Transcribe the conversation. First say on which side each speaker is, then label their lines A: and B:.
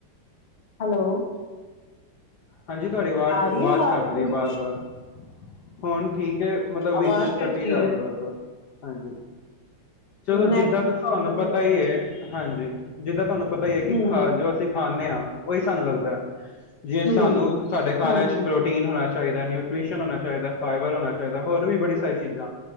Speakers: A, on the left; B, on the left.
A: ਹੈਲੋ
B: ਹਾਂਜੀ ਤੁਹਾਡੀ ਆਵਾਜ਼
A: ਆ ਰਹੀ
B: ਆਵਾਜ਼
A: ਹੈ
B: ਘੱਟ ਰਹੀ
A: ਮੇਰੀ
B: ਹੈ ਬਾਰ ਬਾਰ ਹੁਣ ਠੀਕ ਹੈ ਮਤਲਬ ਵਿੱਚ
A: ਆਵਾਜ਼
B: ਵਿਚ ਕੱਟੀ
A: ਕੱਟ
B: ਜਾ
A: ਹੈ
B: ਰਹੀ ਬਾਰ ਬਾਰ ਹਾਂਜੀ। ਚਲੋ
A: ਨੈਟਵਰਕ
B: ਜਿੱਦਾਂ ਤੁਸੀ
A: ਪ੍ਰੋਬਲਮ
B: ਤੁਹਾਨੂੰ ਪਤਾ
A: ਹੋਣੀ
B: ਈ ਏ
A: ਹੈ
B: ਹਾਂਜੀ ਜਿੱਦਾਂ ਤੁਹਾਨੂੰ ਪਤੈ ਹੀ ਹੈ ਕਿ
A: ਹਮ
B: ਖਾ ਜੋ ਅਸੀਂ ਖਾਂਦੇ ਹਾਂ ਉਹੀ ਸਾਨੂੰ ਲੱਗਦੈ।
A: ਹਮ
B: ਸਾਨੂੰ ਸਾਡੇ ਖਾਣੇ
A: ਹਾਂਜੀ
B: ਚ ਪ੍ਰੋਟੀਨ ਟੀਨ ਹੋਣਾ ਚਾਹੀਦੈ ਨਿਊਟ੍ਰੀਸ਼ਨ ਹੋਣਾ ਚਾਹੀਦੈ, ਫਾਈਬਰ ਹੋਣਾ ਚਾਹੀਦੈ, ਹੋਰ ਵੀ ਬੜੀ ਸਾਰੀ ਚੀਜ਼ਾਂ